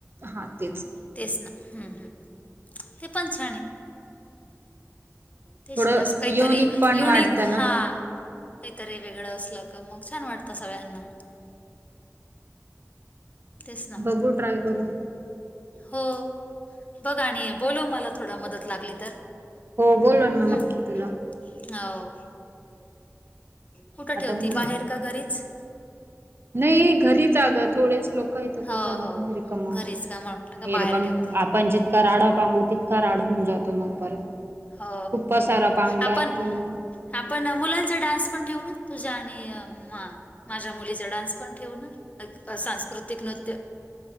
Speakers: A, on the right; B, on the left.
A: हा तेच.
B: तेच ना. हम् हम्म. ते पण छान आहे. तेच
A: थोडं
B: ना. असं काहीतरी
A: युनिक पण
B: युनिक.
A: वाटतं ना
B: हा. काहीतर हे वेगळं असल क मग छान वाटतं सगळ्यांना. तेच ना.
A: बघू ट्राय करून
B: हो. बघ आणि बोलो मला थोडं मदत लागली तर.
A: हो बोललानार
B: हम्म
A: नक्की तुला.
B: हो. कुठं ठेवती
A: आता मुलं
B: बाहेर का घरीच?
A: नाही घरीच आगं थोडेच लोक
B: हो
A: कुठं
B: हो
A: म्ह रिकमर
B: घरीच का म्हटलं का बाहेर
A: पण
B: ठेवती
A: आपण जितका राडा पांगू त का रांडा होन जातो मग परत.
B: हो
A: खूप पसारा पागला
B: आपण
A: कि मग
B: आपण मुलांचा डान्स पण ठेवू ना तुझ्या आणि मा माझ्या मुलीचा डान्स पण ठेवू नका. मग सांस्कृतिक नृत्य.